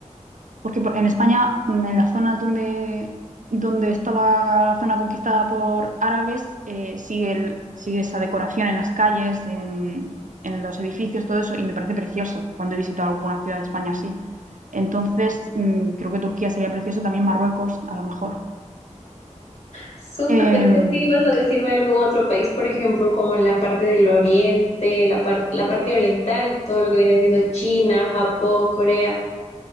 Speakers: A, on the right; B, on the left.
A: porque por- en España, mm, en las zonas donde, donde estaba la zona conquistada por árabes, eh, sigue, el- sigue esa decoración en las calles, en, en los edificios, todo eso, y me parece precioso cuando he visitado alguna ciudad de España así. Entonces, mm, creo que Turquía sería precioso, también Marruecos, a lo mejor.
B: Súper,
A: Em,
B: pensé que ibas a decirme algún otro país, por ejemplo, como en la parte del oriente, la par- la parte oriental, todo lo que viene siendo China, Japón, Corea,